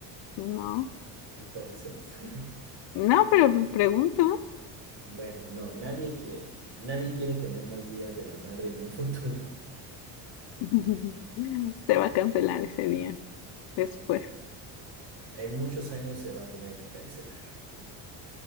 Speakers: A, on the left; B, on the right.
A: No,
B: Entonces, <laughs>
A: no, pero pues pregunto.
B: bueno, no, nadie quiere. Nadie quiere tener más días de la madre en un <laughs> futuro.
A: <laughs> Se va a cancelar ese día después.
B: En muchos años se va a tener que cancelar.